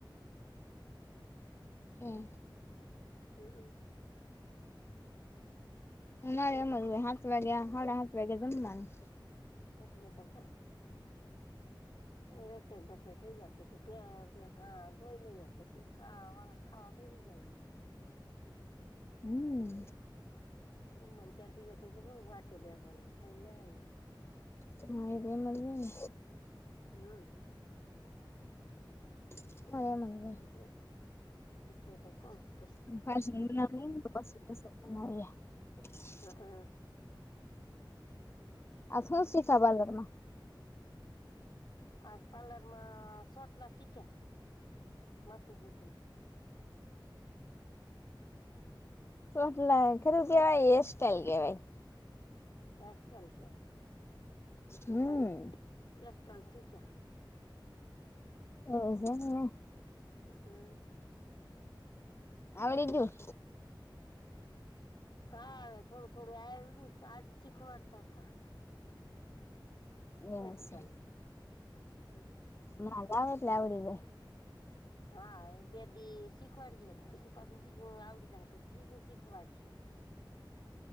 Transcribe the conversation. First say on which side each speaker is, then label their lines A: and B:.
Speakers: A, on the left; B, on the left.
A: <unintelligible>
B: હમ.
A: હમ હમ.
B: ના અમારે હાત વાગ્યા હાડા હાત વાગે જમવાનું.
A: એટલે તો કઉ વરસાદ બરસાદ છે <unintelligible> પછી હા બોઈ લઈએ પછી ખાવા ખાવા બેહિ જાયએ.
B: હમ..
A: <unintelligible> પછી હું વાટે બેવાનું ખાઈ લેવાય ને.
B: હવે ધ્યાન રાખજો ને.
A: હમ..
B: <unintelligible>
A: એટલે એટલે તો કહું છું.
B: <unintelligible>
A: હ અ.
B: આ શું છે તમાર લોકો ન.
A: આજ પાર્લરમાં સોટલા શીખ્યા માથુ ગુથીન.
B: <inaudible> ખરું કેવાય એરસ્ટ્ટાાઈલ કેવાય.
A: એરસ્ટાઈલ કેવાય.
B: હમ
A: અહીં એર સ્ટાઇલ શીખ્યા.
B: <unintelligible>
A: હ હમ.
B: આવળી ગ્યું?
A: હા હવે થોડું થોડું આવડ્યું આજ શીખવાડતાતા.
B: એવું
A: એસ્ટલમા.
B: છે
A: હમ.
B: <inaudible> એટલે આવડી જાય.
A: હા બે દી શીખવાડયે પછી પાછુ બીજું આવડી જાહે પસી બીજું શીખવાડશે.